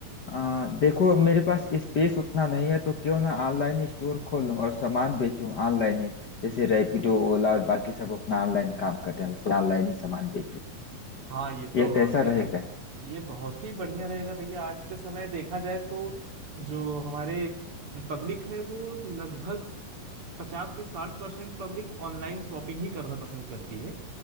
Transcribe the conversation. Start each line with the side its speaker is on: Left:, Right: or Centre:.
Left: आ, देखो अब मेरे पास स्पेस उतना नहीं है तो क्यों ना ऑनलाइन स्टोर खोल लूँ और सामान बेचूं ऑनलाइन ही जैसे रैपिडो ओला और बाकी सब अपना ऑनलाइन काम कर रहे हैं उससे ऑनलाइन ही सामान बेचूं
Right: हाँ ये तो
Left: ये कैसा
Right: और भी
Left: रहेगा
Right: ये बहुत ही बढ़िया रहेगा भैया आज के समय देखा जाए तो जो हमारे पब्लिक है वो लगभग पचास से साठ परसेंट पब्लिक ऑनलाइन शॉपिंग ही करना पसंद करती है